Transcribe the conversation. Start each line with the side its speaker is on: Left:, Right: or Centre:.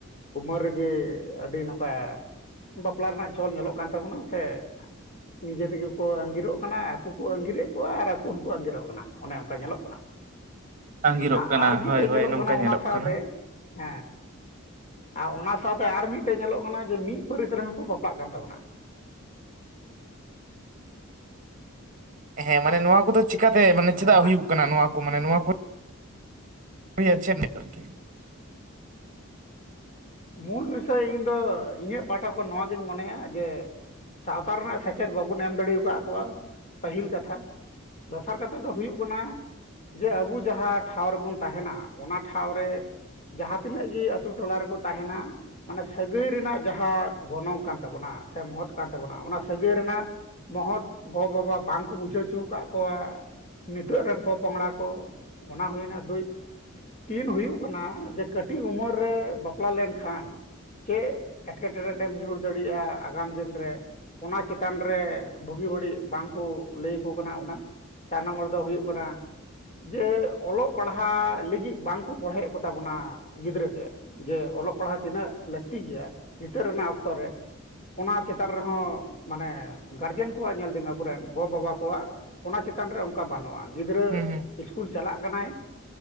Left: ᱩᱢᱮᱨ ᱨᱮᱜᱮ ᱟᱹᱰᱤ ᱱᱚᱝᱠᱟ ᱵᱟᱯᱞᱟ ᱨᱮᱱᱟᱜ ᱪᱚᱞ ᱧᱮᱞᱚᱜ ᱠᱟᱱ ᱛᱟᱵᱚᱱᱟ ᱥᱮ᱾ ᱱᱤᱡᱮ ᱛᱮᱜᱮ ᱠᱚ ᱟᱺᱜᱤᱨᱚᱜ ᱠᱟᱱᱟ ᱟᱠᱩ ᱠᱚ ᱟᱜᱤᱨᱮᱫ ᱠᱚᱣᱟ ᱟᱨ ᱟᱠᱚ ᱦᱚᱸᱠᱚ ᱟᱝᱜᱤᱨᱚᱜ ᱠᱟᱱᱟ ᱚᱱᱮ ᱚᱱᱠᱟ ᱧᱮᱸᱞᱚᱜ ᱠᱟᱱᱟ᱾
Right: ᱟᱺᱜᱤᱨᱚᱜ
Left: ᱟ-
Right: ᱠᱟᱱᱟ
Left: ᱟᱨ ᱢᱤᱫᱴᱮᱡ
Right: ᱦᱳᱭ ᱦᱳᱭ ᱱᱚᱝᱠᱟ
Left: ᱠᱟᱱᱟ ᱚᱱᱟ
Right: ᱧᱮᱞᱚᱜ
Left: ᱥᱟᱶᱛᱮ
Right: ᱠᱟᱱᱟ᱾
Left: ᱦᱮᱸ ᱟᱨ ᱚᱱᱟ ᱥᱟᱶᱛᱮ ᱟᱨ ᱢᱤᱫᱴᱮᱡ ᱧᱮᱞᱚᱜ ᱠᱟᱱᱟ ᱡᱮ ᱢᱤᱫ ᱯᱟᱹᱨᱤᱥ ᱨᱮᱦᱚᱸ ᱠᱚ ᱵᱟᱯᱞᱟᱜ ᱠᱟᱱ ᱛᱟᱵᱚᱱᱟ᱾
Right: ᱦᱮᱸ ᱢᱟᱱᱮ ᱱᱚᱣᱟ ᱠᱚᱫᱚ ᱪᱤᱠᱟᱛᱮ ᱢᱟᱱᱮ ᱪᱮᱫᱟᱜ
Left: ᱟᱸᱡᱚᱢ
Right: ᱦᱩᱭᱩᱜ ᱠᱟᱱᱟ ᱱᱚᱣᱟ ᱠᱚ ᱢᱟᱱᱮ ᱱᱚᱣᱟ ᱠᱩ? ᱱᱤᱭᱟ ᱪᱮᱫ ᱵᱮᱯᱟᱨ ᱛᱮ?
Left: ᱢᱩᱞ ᱵᱤᱥᱚᱭ ᱤᱧᱫᱚ ᱤᱧᱟᱹᱜ ᱯᱟᱦᱴᱟ ᱠᱷᱚᱱ ᱱᱚᱣᱟᱜᱤᱧ ᱢᱚᱱᱮᱭᱟ ᱡᱮᱸ ᱥᱟᱶᱛᱟ ᱨᱮᱱᱟᱜ ᱥᱮᱪᱮᱫ ᱵᱟᱵᱚᱱ ᱮᱢ ᱫᱟᱲᱮ ᱟᱠᱟᱫ ᱠᱚᱣᱟ ᱯᱟᱹᱦᱤᱞ ᱠᱟᱛᱷᱟ᱾ ᱫᱚᱥᱟᱨ ᱠᱟᱛᱷᱟ ᱫᱚ ᱦᱩᱭᱩᱜ ᱠᱟᱱᱟ᱾ ᱡᱮ ᱟᱵᱩ ᱡᱟᱸᱦᱟ ᱴᱷᱟᱶ ᱨᱮᱵᱚᱱ ᱛᱟᱦᱮᱱᱟ ᱚᱱᱟ ᱴᱷᱟᱶ ᱨᱮ ᱡᱟᱸᱦᱟ ᱛᱤᱱᱟᱹᱜ ᱜᱮ ᱟᱛᱩ ᱴᱚᱞᱟ ᱨᱮᱸᱠᱚ ᱛᱟᱸᱦᱮᱱᱟ᱾ ᱢᱟᱱᱮ ᱥᱟᱹᱜᱟᱹᱭ ᱨᱮᱱᱟᱜ ᱡᱟᱸᱦᱟ ᱜᱚᱱᱚᱝ ᱠᱟᱱ ᱛᱟᱵᱚᱱᱟ ᱥᱮ ᱢᱚᱦᱚᱛ ᱠᱟᱱ ᱛᱟᱵᱚᱱᱟ᱾ ᱚᱱᱟ ᱥᱟᱹᱜᱟᱹᱭ ᱨᱮᱱᱟᱜ ᱢᱚᱦᱚᱛ ᱜᱚ ᱵᱟᱵᱟ ᱵᱟᱝᱠᱚ ᱵᱩᱡᱷᱟᱹᱣ ᱦᱩᱪᱩ ᱟᱠᱟᱹᱫ ᱠᱚᱣᱟ᱾ ᱱᱤᱛᱚᱜ ᱨᱮᱱ ᱯᱚᱼᱯᱚᱝᱲᱟ ᱠᱚ ᱚᱱᱟ ᱦᱩᱭᱱᱟ ᱫᱩᱭ᱾ ᱛᱤᱸᱱ ᱦᱩᱭᱩᱜ ᱠᱟᱱᱟ ᱡᱮ ᱠᱟᱹᱴᱤᱡ ᱩᱢᱮᱨ ᱨᱮ ᱵᱟᱯᱞᱟ ᱞᱮᱱᱠᱷᱟᱱ ᱪᱮᱫ ᱮᱴᱠᱮᱴᱚᱬᱮ ᱧᱩᱨ ᱫᱟᱲᱮᱭᱟᱜᱼᱟ? ᱟᱹᱜᱟᱢ ᱫᱤᱱ ᱨᱮ ᱚᱱᱟ ᱪᱮᱸᱛᱟᱱ ᱨᱮ ᱵᱩᱜᱤ ᱵᱟᱹᱲᱤᱡ ᱵᱟᱝᱠᱚ ᱞᱟᱹᱭ ᱟᱠᱚ ᱠᱟᱱᱟ ᱚᱱᱟ᱾ ᱪᱟᱨ ᱱᱚᱢᱵᱚᱨ ᱫᱚ ᱦᱩᱭᱩᱜ ᱠᱟᱱᱟ᱾ ᱡᱮ ᱚᱸᱞᱚᱜ ᱯᱟᱲᱦᱟᱜ ᱞᱟᱹᱜᱤᱫ ᱵᱟᱝᱠᱚ ᱵᱚᱲᱦᱮᱫ ᱠᱚᱛᱟ ᱵᱚᱱᱟ ᱜᱤᱫᱽᱨᱟᱹ ᱛᱮ᱾ ᱡᱮ ᱚᱞᱚᱜ ᱯᱟᱲᱦᱟᱣ ᱛᱤᱱᱟᱹᱜ ᱞᱟᱹᱠᱛᱤ ᱜᱮᱭᱟ ᱱᱤᱛᱚᱜ ᱨᱮᱱᱟᱜ ᱚᱠᱛᱚ ᱨᱮ ᱚᱱᱟ ᱪᱮᱛᱟᱱ ᱨᱮᱦᱚᱸ ᱢᱟᱱᱮ ᱜᱟᱨᱡᱮᱱ ᱠᱚᱣᱟᱜ ᱧᱮᱞ ᱫᱤᱧ ᱟᱵᱚᱨᱮᱱ ᱜᱚ ᱵᱟᱵᱟ ᱠᱚᱣᱟᱜ ᱚᱱᱟ ᱪᱮᱛᱟᱱ ᱨᱮ ᱚᱱᱠᱟ ᱵᱟᱹᱱᱩᱜᱼᱟ ᱜᱤᱫᱽᱨᱟᱹ
Right: ᱦᱩᱸ ᱦᱩᱸ
Left: ᱤᱥᱠᱩᱞ ᱪᱟᱞᱟᱜ ᱠᱟᱱᱟᱭ